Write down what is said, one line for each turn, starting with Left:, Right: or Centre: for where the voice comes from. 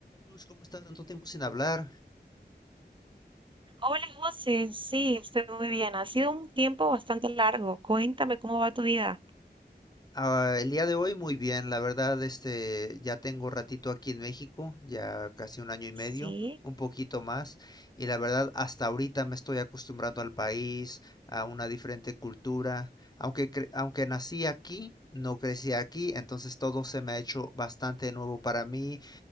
Left: Luz, ¿cómo estás? Tanto tiempo sin hablar.
Right: Hola José, sí, estoy muy bien. Ha sido un tiempo bastante largo. Cuéntame cómo va tu vida.
Left: Ah, el día de hoy muy bien, la verdad, este, ya tengo ratito aquí en México, ya casi un año y medio,
Right: Sí,
Left: un poquito más, y la verdad, hasta ahorita me estoy acostumbrando al país, a una diferente cultura. Aunque, cre- aunque nací aquí, no crecí aquí, entonces todo se me ha hecho bastante nuevo para mí.